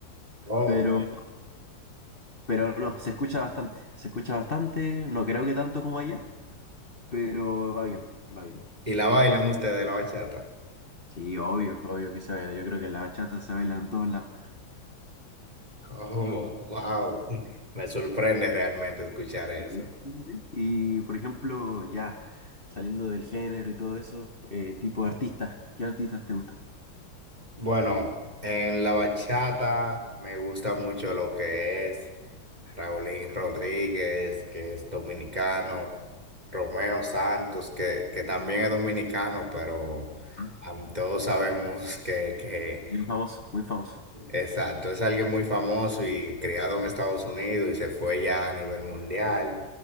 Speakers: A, on the right; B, on the left.
A: Oh.
B: pero, pero no, se escucha bastante, se escucha bastante, no creo que tanto como allá, pero va bien, va bien.
A: ¿Y la bailan ustedes la bachata?
B: Sí, obvio, obvio que se baila. Yo creo que la bachata se baila en todos lados.
A: Oh, wow. <laughs> Me sorprende realmente escuchar eso.
B: Sí, sí, sí, sí. sí. Y por ejemplo, ya saliendo del género y todo eso, eh, tipo de artistas, ¿qué artistas te gustan?
A: Bueno, en la bachata me gusta mucho lo que es Raulín Rodríguez, que es dominicano, Romeo Santos, que, que también es dominicano, pero
B: Ah,
A: am, todos sabemos que, que
B: Muy famoso, muy famoso.
A: Exacto, es alguien muy famoso y criado en Estados Unidos y se fue ya a nivel mundial.